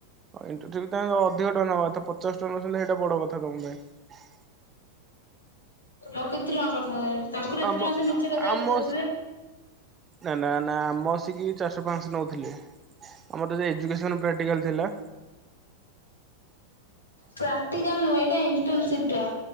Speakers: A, on the right (about 20°); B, on the left (about 75°).
A: ଅ ଇଣ୍ଟନସିିପ ତାଙ୍କ ଅଧିକ ଟଙ୍କା ନବା କଥା ପଚାଶ ଟଙ୍କା ନଉଛନ୍ତି ସେଇଟା ବଡ କଥା ତମ ପାଇଁ।
B: ଆଉ କେତେ ଟଙ୍କା କରିଥାନ୍ତେ। ତାଙ୍କର ଏତେ
A: ଆମ
B: ଟଙ୍କା ସେ ମିଛ କଥା ଯଦି
A: ଆମ
B: କହୁଥିବେ।
A: ନା ନା ନା ଆମ କି ଚାରିଶହ ପାଞ୍ଚଶହ ନଉଥିଲେ। ଆମର ଟିକେ ଏଜୁକେସନ ପାଟିକାଲ ଥିଲା।
B: ପ୍ରାକ୍ଟିକାଲ ନୁହେଁ। ଏଇଟା ଇଣ୍ଟର୍ନସିପ ଟା।